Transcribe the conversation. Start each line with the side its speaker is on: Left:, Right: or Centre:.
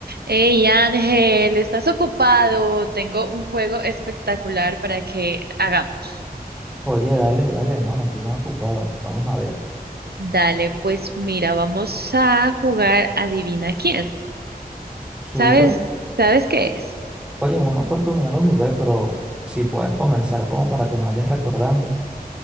Right: Hey Ángel, ¿estás ocupado? Tengo un juego espectacular para que hagamos.
Centre: Oye, dale, dale, no, no estoy más ocupado. Vamos a ver.
Right: Dale, pues mira, vamos a jugar Adivina quién.
Centre: Súper.
Right: ¿Sabes? ¿Sabes qué es?
Centre: Oye, en una oportunidad lo jugué, pero si puedes comenzar como para que me vayas recordando.